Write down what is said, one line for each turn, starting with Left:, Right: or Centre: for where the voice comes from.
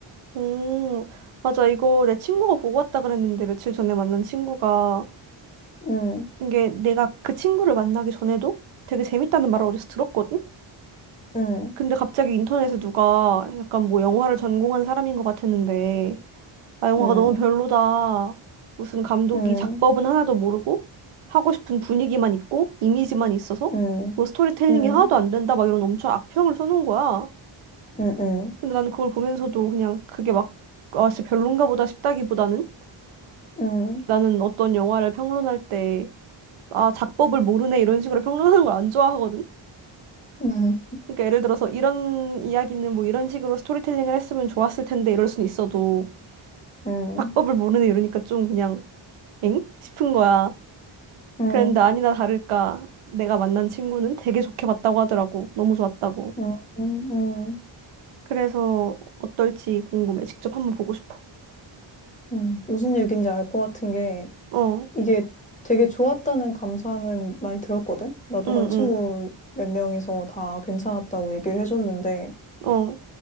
Right: 오, 맞아. 이거 내 친구가 보고 왔다 그랬는데 며칠 전에 만난 친구가
Left: 응,
Right: 이게 내가 그 친구를 만나기 전에도 되게 재밌다는 말을 어디서 들었거든?
Left: 응,
Right: 근데 갑자기 인터넷에 누가 약간 뭐 영화를 전공한 사람인 것 같았는데 아, 영화가
Left: 응,
Right: 너무 별로다. 무슨 감독이
Left: 응,
Right: 작법은 하나도 모르고 하고 싶은 분위기만 있고 이미지만 있어서
Left: 응,
Right: 뭐 스토리텔링이
Left: 응,
Right: 하나도 안 된다 막 이런 엄청 악평을 써놓은 거야.
Left: 응, 응,
Right: 근데 나는 그걸 보면서도 그냥 그게 막, 아, 진짜 별론가 보다 싶다기보다는
Left: 응, 음,
Right: 나는 어떤 영화를 평론할 때, 아, 작법을 모르네 이런 식으로 평론하는 걸 안 좋아하거든?
Left: 응,
Right: 그러니까 예를 들어서 이런 이야기는 뭐 이런 식으로 스토리텔링을 했으면 좋았을 텐데 이럴 순 있어도
Left: 응,
Right: 작법을 모르네 이러니까 좀 그냥 엥? 싶은 거야.
Left: 응,
Right: 그랬는데 아니나 다를까 내가 만난 친구는 되게 좋게 봤다고 하더라고. 너무 좋았다고.
Left: 응, 응.
Right: 그래서 어떨지 궁금해. 직접 한번 보고 싶어.
Left: 응. 무슨 얘기인지 알 것 같은 게
Right: 어,
Left: 이게 되게 좋았다는 감상은 많이 들었거든? 나도
Right: 응,
Left: 한 친구
Right: 응,
Left: 몇 명이서 다 괜찮았다고 얘기를 해줬는데
Right: 어,